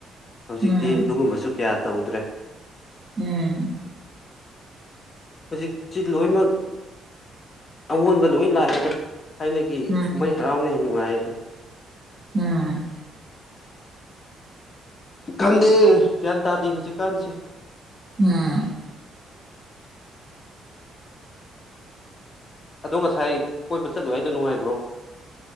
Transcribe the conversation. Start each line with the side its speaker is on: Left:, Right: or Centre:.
Left: ꯍꯧꯖꯤꯛꯇꯤ
Right: ꯎꯝ
Left: ꯑꯗꯨꯒꯨꯝꯕꯁꯨ ꯀꯌꯥ ꯇꯧꯗ꯭ꯔꯦ
Right: ꯎꯝ
Left: ꯍꯧꯖꯤꯛꯁꯤ ꯂꯣꯏꯅꯃꯛ ꯑꯑꯣꯟꯕ ꯂꯣꯏ ꯂꯥꯛꯑꯦꯗꯣ ꯊꯥꯏꯅꯒꯤ
Right: ꯎꯝ
Left: ꯀꯨꯝꯍꯩ ꯍꯔꯥꯎꯅ ꯍꯦꯟꯅ ꯅꯨꯡꯉꯥꯏꯌꯦ ꯑꯗꯨꯝ
Right: ꯎꯝ
Left: ꯈꯟꯗꯦ ꯒ꯭ꯌꯥꯟ ꯇꯥꯗꯦ ꯍꯧꯖꯤꯛꯀꯥꯟꯁꯤ
Right: ꯎꯝ
Left: ꯑꯗꯣ ꯉꯁꯥꯏ ꯀꯣꯏꯕ ꯆꯠꯂꯨꯏ ꯍꯥꯏꯗꯣ ꯅꯨꯡꯉꯥꯏꯕ꯭ꯔꯣ